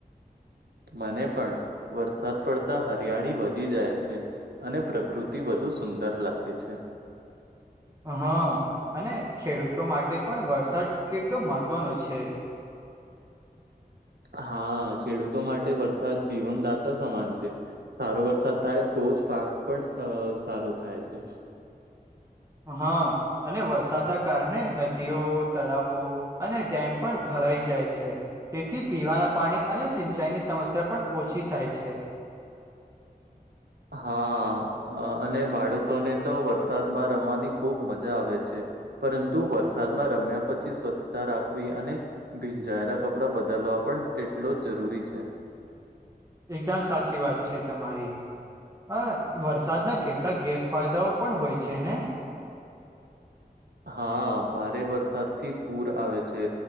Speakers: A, on the right; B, on the right.
A: મને પણ, વરસાદ પડતા હરિયાળી વધી જાય છે. અને પ્રકૃતિ વધુ સુંદર લાગે છે.
B: હા અને ખેડૂતો માટે પણ વરસાદ કેટલો મહત્વનો છે.
A: હા ખેડૂતો માટે વરસાદ જીવનદાતા સમાન છે. સારો વરસાદ થાય તો જ પાક પણ અ સારો થાય છે.
B: હા. અને વરસાદના કારણે નદીઓ, તળાવો અને ડેમ પણ ભરાઈ જાય છે. તેથી પીવાના પાણી અને સિંચાઈની સમસ્યા પણ ઓછી થાય છે.
A: હા અને બાળકોને તો વરસાદમાં રમવાની ખૂબ મજા આવે છે. પરંતુ વરસાદમાં રમ્યા પછી સ્વચ્છતા રાખવી અને ભીંજાયેલા કપડા બદલવા પણ એટલો જ જરૂરી છે.
B: એકદમ સાચી વાત છે તમારી. અ વરસાદના કેટલાક ગેરફાયદાઓ પણ હોય છે ને?
A: હા ભારે વરસાદથી પૂર આવે છે.